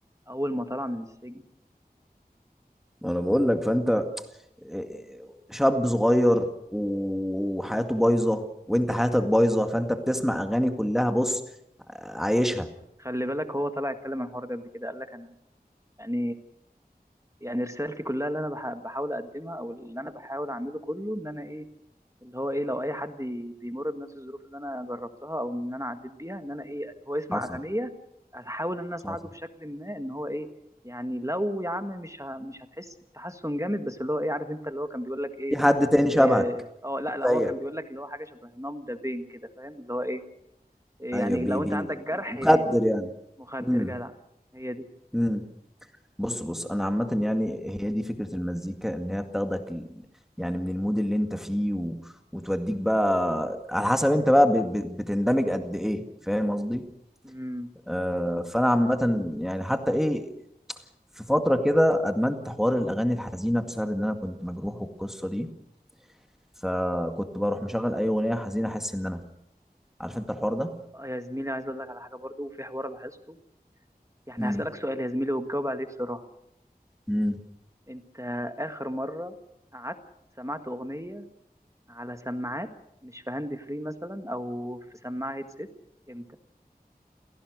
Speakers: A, on the right; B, in the centre.
A: اول ما طلع من السجن
B: وانا بقول لك فانت إيه، شاب صغير وحياته بايظه وانت حياتك بايظه فانت بتسمع اغاني كلها بص عايشها
A: خلي بالك هو طلع اتكلم عن الحوار ده قبل كده قال لك انا يعني يعني رسالتي كلها اللي انا بح- بحاول اقدمها او اللي انا بحاول اعمله كله ان انا ايه اللي هو ايه لو اي حد ي- بيمر بنفس الظروف اللي انا جربتها او ان انا عديت بيها ان انا ايه هو يسمع
B: حصل
A: اغنيه احاول ان انا اساعده
B: حصل
A: بشكل ما ان هو ايه يعني لو يا عم مش ه... مش هتحس بتحسن جامد بس اللي هو ايه عارف انت اللي هو كان بيقول لك ايه
B: في حد تاني
A: إيه،
B: شبهك
A: اه لا لا هو
B: زيك
A: كان بيقول لك اللي هو حاجه شبه نام ده بين كده فاهم اللي هو ايه إيه،
B: ايوه
A: يعني
B: بي
A: لو انت
B: بي
A: عندك جرح
B: مخدر
A: إيه،
B: يعني
A: مخدر
B: امم
A: جدع هي دي
B: امم بص بص انا عامه يعني هي دي فكره المزيكا ان هي بتاخدك ل- يعني من المود اللي انت فيه و... وتوديك بقى على حسب انت بقى بت... بت- بتندمج قد ايه فاهم قصدي
A: امم
B: آه، فانا عامه يعني حتى ايه في فتره كده ادمنت حوار الاغاني الحزينه بسبب ان انا كنت مجروح والقصه دي فكنت بروح مشغل اي اغنيه حزينه احس ان انا عارف انت الحوار ده
A: آه، يا زميلي عايز اقول لك على حاجه برضو في حوار لاحظته يعني
B: مم.
A: هسألك سؤال يا زميلي وتجاوب عليه بصراحة
B: امم
A: انت آخر مرة قعدت سمعت أغنية على سماعات مش في هاند فري مثلا أو في سماعة هيدسيت امتى